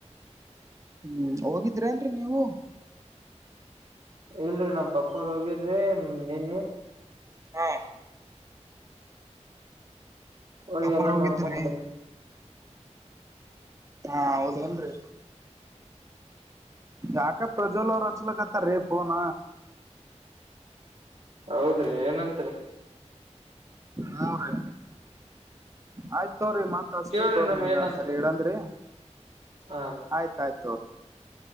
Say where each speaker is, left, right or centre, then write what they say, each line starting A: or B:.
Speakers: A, on the right; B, on the right.
A: ಹ್ಮ್ ಹೋಗಿದ್ರಿ ಅನ್ರಿ ನೀವು
B: ಇಲ್ರರಿ ನಮ್ಮ ಪಾಪ್ಪ ಅವ್ರ ಹೋಗಿರ್ರಿ ನಿನ್ನ
A: ಹಾ
B: ಹೋಗಿ
A: ಅಪ್ಪಾರ್
B: ಎಲ್ಲಾ
A: ಹೋಗಿದ್ರಿ
B: ನೋಡ್ಕೊಂಬಿ
A: ಹಾ ಹೌದನ್ರಿ ಯಾಕ ಪ್ರಜ್ವಲ್ ಅವ್ರು ಹಚ್ಲಕ ಹಾರೇ ಪಣ
B: ಹೌದ್ರಿ ಏನತ್ರಿ
A: ಮೂರು ಆಯ್ತ್ ತೋರಿ ಮತ್ ಅಷ್ಟತಿನ್
B: ಕೇಳ್ರಿ
A: ತವ್ರರಿ
B: ನಮ್
A: ನಿಮ್ಗ
B: ಏನಂತ
A: ಸರಿ ಇಡಂದ್ರರಿ
B: ಹ
A: ಆಯ್ತಾಯ್ತು